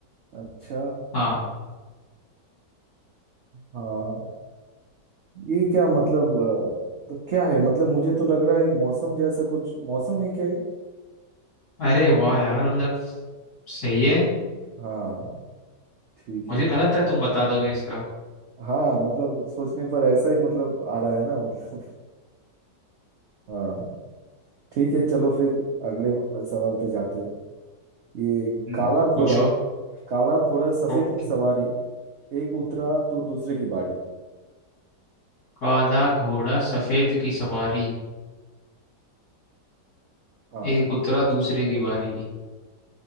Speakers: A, on the right; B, on the left.
A: अच्छा
B: हाँ
A: हाँ ये क्या मतलब अ, तो क्या है मतलब मुझे तो लग रहा है ये मौसम जैसा कुछ मौसम है क्या ये
B: अरे वाह यार मतलब सही है
A: हाँ ठीक
B: मुझे
A: है
B: लगा था तुम बता दोगे इसका
A: हाँ मतलब सोचने पर ऐसा ही मतलब आ रहा है ना मतलब <laughs> हाँ ठीक है चलो फिर अगले सवाल पे जाते हैं ये
B: हम्म
A: काला घोड़ा
B: पूछो
A: काला घोड़ा सफेद
B: ओके
A: की सवारी एक उतरा तो दूसरे की बारी
B: काला घोड़ा सफेद की सवारी
A: हाँ
B: एक उतरा दूसरे की बारी